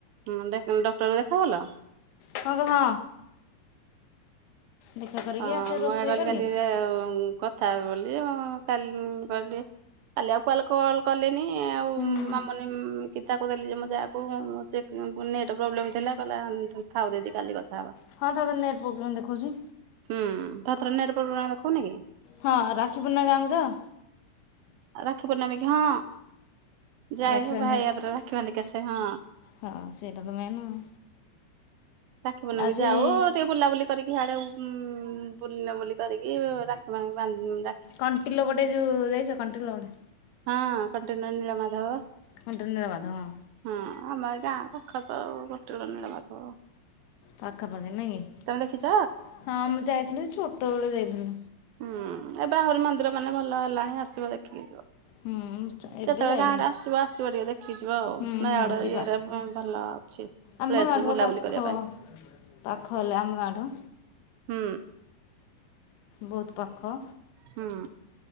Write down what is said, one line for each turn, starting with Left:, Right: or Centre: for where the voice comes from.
Right: ମୁଣ୍ଡ ଡେ ଡକ୍ଟର ଦେଖା କଲା?
Left: ହଁ କୁହ? ଦେଖା କରିକି
Right: ଅ
Left: ଆସେ
Right: ମୁଁ
Left: ରୋଷେଇ
Right: ଏ କଲିରେ
Left: କଲି
Right: ଆଉ ଉଁ କଥା ହେବି ବୋଲି ଉଁ କାଲି କ କାଲି ଆଉ କୁଆଡ଼େ କଲ୍ କଲିଇନି ଆଉ
Left: ହୁଁ
Right: ମୁଁ ମାମୁନି କି ତାକୁ ଦେଲି ଯେ ମୋ ଯା କୁ ସେ ଫୁଣି ନେଟ୍ ପ୍ରୋବ୍ଲେମ୍ ଥିଲା କହିଲା ଥାଉ ଦିଦି କାଲି କଥା ହବା।
Left: ହଁ ଥରେ ଥରେ ନେଟ୍ ପ୍ରୋବ୍ଲେମ୍ ଦେଖୋଉଚି।
Right: ହୁଁ ଥରେ ଥରେ ନେଟ୍ ପ୍ରୋବ୍ଲେମ୍ ଦେଖୋଉନି କି?
Left: ହଁ ରାକ୍ଷୀ ପୂର୍ଣ୍ଣିମାରେ ଗାଁ କୁ ଯାଅ?
Right: ଆଉ ରାକ୍ଷୀ ପୂର୍ଣ୍ଣିମୀ କି ହଁ। ଯାଇକି
Left: ରାକ୍ଷୀ ବାନ୍ଧିବାକୁ
Right: ଭାଇ ହାତରେ ରାକ୍ଷୀ ବାନ୍ଧିକି ଆସେ ହଁ।
Left: ହଁ ସେଇଟା ତ ମେନ୍ ଆଉ
Right: ରାକ୍ଷୀ ପୂର୍ଣ୍ଣିମୀ
Left: ଆଉ ସେଇ
Right: କୁ ଯାଉ ଟିକେ ବୁଲାବୁଲି କରିକି ହାଆଡ଼େ ଉଁ ବୁଲାବୁଲି କରିକି ରାକ୍ଷୀ ବା ବାନ୍ଧ
Left: କଣ୍ଟିଲୋ ପେଟ ଯୋଉ ଯାଇଚ କଣ୍ଟିଲୋ ପଟେ?
Right: ହଁ କଣ୍ଟିଲୋ ନୀଳମାଧବ।
Left: କଣ୍ଟିଲୋ ନିଳମାଧବ ହଁ।
Right: ହଁ ଆମଏଇ ଗାଁ ପାଖ ତ ଆଉ କଣ୍ଟିଲୋ ନୀଳମାଧବ।
Left: ପାଖା ପାାଖି ନାଇଁ କି
Right: ତମେ ଦେଖିଛ?
Left: ହଁ ମୁଁ ଯାଇଥିଲି ଯେ ଛୋଟ ବେଳେ ଯାଇଥିଲି।
Right: ହୁଁ ଏବେ ଆହୁରି ମନ୍ଦିର ମାନେ ଭଲ ହେଲାଣି ଆସିବ ଦେଖିକି ଯିବ।
Left: ହୁଁ ଏବେ
Right: ଯେତେବେଳେ
Left: ଯାଇନି
Right: ଗାଁ ଆଡ଼େ ଆସିବ ଆସିବ ଟିକେ ଦେଖିକି ଯିବ ଆଉ
Left: ହୁଁ ହୁଁ
Right: ନୟାଗଡ
Left: ଯିବା
Right: ଇଏରେ ଭଲ ଅଛି।
Left: ଆମ
Right: ପ୍ଲେସ
Left: ଗାଁଠୁ
Right: ବୁଲାବୁଲି
Left: ପା ପାଖ
Right: କରିବା ପାଇଁ
Left: ପାଖ ହେଲେ ଆମ ଗାଁଠୁ।
Right: ହୁଁ।
Left: ବହୁତ୍ ପାଖ
Right: ହୁଁ